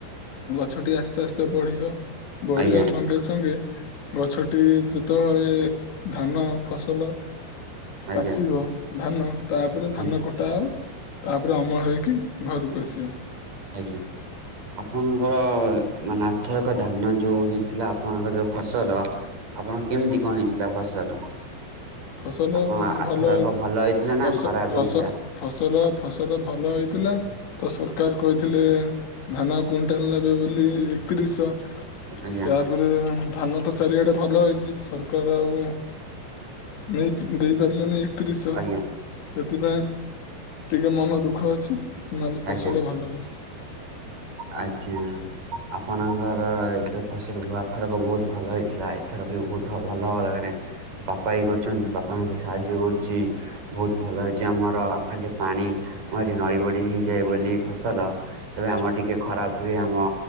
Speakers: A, on the left; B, on the right.
A: ଗଛଟି ଆସ୍ତେ ଆସ୍ତେ ବଢିବ ବଢିବା
B: ଆଜ୍ଞା
A: ସଙ୍ଗେ ସଙ୍ଗେ ଗଛଟି ଯେତେବେଳେ ଧାନ ଫସଲ
B: ଆଜ୍ଞା
A: ପାଚିବ ଧାନ ତାପରେ
B: ଆଜ୍ଞା
A: ଧାନ କ ଖଟା ଆଉ ତାପରେ ଅମଳ ହେଇକି ଘରକୁ ଆସିବ।
B: ଆଜ୍ଞା। ଆପଣଙ୍କର ମାନେ ନାଥରକ ଧାନ ଯୋଉ ହେଇଥିଲା ଆପଣଙ୍କର ଯୋଉ ଫସଲ ଆପଣ କେମିତି କଣ ହେଇଥିଲା ଫସଲ?
A: ଫସଲ
B: ଆପଣ ଆରଥରକ
A: ଭଲ ହେଇ
B: ଭଲ ହେଇଥିଲା
A: ଫସ
B: ନା ଖରାପ
A: ଫସ
B: ହେଇଥିଲା?
A: ଫସଲ ଫସଲ ଭଲ ହେଇଥିଲା। ତ ସରକାର କହିଥିଲେ ଧାନ କୁଇଣ୍ଟାଲ ନେବେ ବୋଲି ଏକତିରିଶ।
B: ଆଜ୍ଞା
A: ତାପରେ ଧାନ ତ ଚାରିଆଡେ ଭଲ ହେଇଛି ସରକାର ଆଉ ନେଇ ଦେଇ ପାରିଲେନି ଏକତିରିଶହ।
B: ଆଜ୍ଞା
A: ସେଥିପାଇଁ ଟିକେ ମନ ଦୁଃଖ ଅଛି ନହେଲେ
B: ଆଜ୍ଞା
A: ଫସଲ ଭଲ ହୋଇଛି।
B: ଆଜ୍ଞା। ଆପଣଙ୍କର ଏ ଫସଲ ଆଧଥରକ ବହୁତ ଭଲ ହେଇଥିଲା ଏଥରକ ବି ବହୁତ ଭଲ ହବା ଦରକାର। ବାପା ବି କରଛନ୍ତି ବାପା କୁ ସାହାଯ୍ୟ କରୁଛି। ବହୁତ ଭଲ ହେଇଛି ଆମର ଖାଲି ପାଣି ଏଠି ନଈ ବଡି ହେଇଯାଏ ବୋଲି ଫସଲ। ତେବେ ଆମର ଟିକେ ଖରାପ ହୁଏ ଆମ